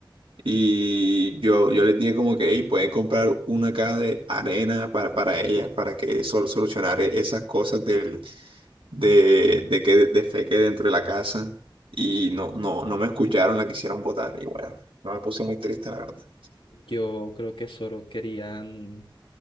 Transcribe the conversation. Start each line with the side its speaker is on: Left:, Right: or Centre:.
Right: Y yo, yo le dije como que, hey, puede comprar una caja de arena para, para ella, para que sol solucionar e- esas cosas del, de, de que defeque dentro de la casa. Y no, no, no me escucharon, la quisieron votar. Y bueno, no me puse muy triste, la verdad.
Left: Yo creo que solo querían